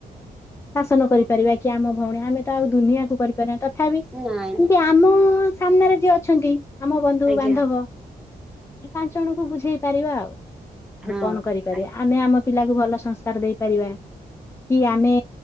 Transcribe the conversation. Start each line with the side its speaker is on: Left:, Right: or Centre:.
Left: ଶାସନ କରିପାରିବା କି ଆମ ଭଉଣୀ ଆମେ ତ ଆଉ ଦୁନିଆକୁ କରିପାରିବା ତଥାପି
Centre: ନାଇଁ ନାଇଁ
Left: ଏମତି ଆମ ସାମ୍ନାରେ ଯିଏ ଅଛନ୍ତି ଆମ ବନ୍ଧୁ
Centre: ଆଜ୍ଞା
Left: ବାନ୍ଧବ ଆମେ ପାଞ୍ଚ ଜଣଙ୍କୁ ବୁଝେଇ ପାରିବା ଆଉ ଆଉ
Centre: ହଁ
Left: କଣ କରିପାରିବା
Centre: ହଁ
Left: ଆମେ ଆମ ପିଲାକୁ ଭଲ ସଂସ୍କାର ଦେଇପାରିବା କି ଆମେ